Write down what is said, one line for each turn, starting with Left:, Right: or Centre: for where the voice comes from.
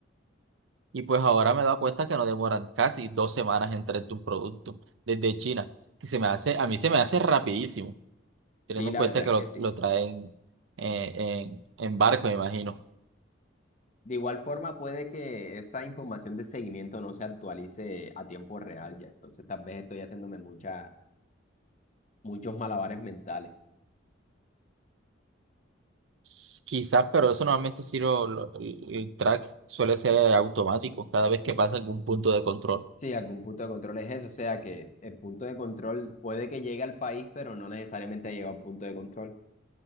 Right: Y pues ahora me he dado cuenta que no demoran casi dos semanas en traerte un producto desde China, que se me hace, a mí se me hace rapidísimo, teniendo
Left: Sí,
Right: en
Left: la
Right: cuenta
Left: verdad
Right: que
Left: es
Right: lo,
Left: que sí.
Right: lo traen eh, en, en barco, me imagino.
Left: De igual forma, puede que esa información de seguimiento no se actualice a tiempo real ya, entonces tal vez estoy haciéndome mucha, muchos malabares mentales.
Right: S- Quizás, pero eso normalmente sí lo, lo- el el track suele ser automático cada vez que pasa algún punto de control.
Left: Sí, algún punto de control es eso, o sea que el punto de control puede que llegue al país, pero no necesariamente ha llegado al punto de control